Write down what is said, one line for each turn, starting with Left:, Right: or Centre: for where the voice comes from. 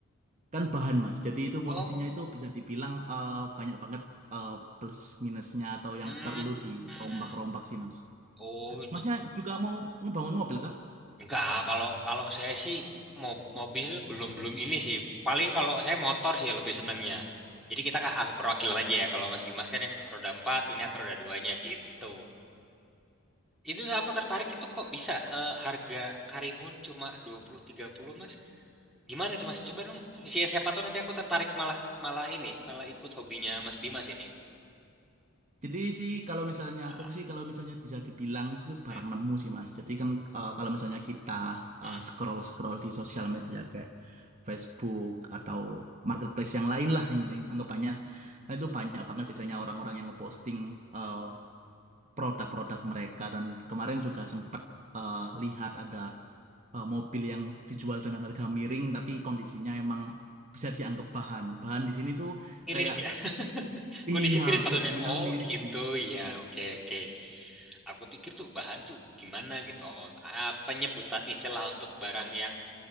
Right: Kan bahan Mas. Jadi itu
Centre: Oh.
Right: posisinya itu bisa dibilang eh, banyak banget eh, plus minusnya atau
Centre: Hmm.
Right: yang perlu dirombak-rombak
Centre: hmm.
Right: sih Mas.
Centre: Oh,
Right: Masnya juga mau ngebangun mobil kah?
Centre: Enggak, kalau kalau saya sih mo- mobil belum belum ini sih. Paling kalau saya motor sih lebih senengnya. Jadi kita kan anggap perwakilan aja ya. Kalau Mas Dimas kan yang roda empat, ini aku roda duanya gitu. Itu tuh aku tertarik itu kok bisa eh, harga Karimun cuma dua puluh tiga puluh Mas. Gimana itu Mas? Coba dong siapa siapa tahu nanti aku tertarik malah malah ini, malah ikut hobinya Mas Dimas ini.
Right: Jadi sih kalau misalnya
Centre: Ah,
Right: aku sih kalau misalnya bisa dibilang itu barang
Centre: hmm,
Right: nemu sih Mas. Jadi kan eh, kalau misalnya kita
Centre: hmm.
Right: scroll scroll di sosial media kayak Facebook atau marketplace yang lain lah yang, yang anggapannya, nah, itu banyak banget biasanya orang-orang yang ngeposting eh, produk-produk mereka dan kemarin juga sempat eh, lihat ada eh, mobil yang dijual dengan harga miring tapi kondisinya emang bisa dianggap bahan. Bahan di sini tuh
Centre: Miris
Right: kayak
Centre: ya. Kondisi
Right: iya
Centre: miris maksudnya.
Right: bisa dibilang
Centre: Oh
Right: miris
Centre: gitu
Right: sih.
Centre: ya. Oke oke. aku pikir tuh bahan tuh gimana gitu. Oh, ah, penyebutan istilah untuk barang yang